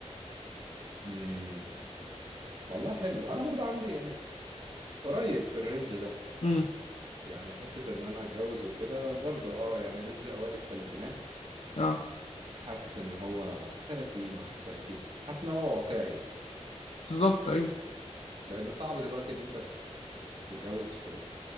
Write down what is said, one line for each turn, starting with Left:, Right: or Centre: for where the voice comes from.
Right: امم والله حلو انا برضو عندي يعني قريب في الرينج ده
Left: امم
Right: يعني حتة إن أنا أتجوز وكده برضو أه يعني رينج أوائل التلاتينات
Left: اه
Right: حاسس إن هو تلاتين واحد تلاتين حاسس إن هو واقعي
Left: بالظبط ايوه
Right: لأن صعب دلوقتي إن أنت تتجوز في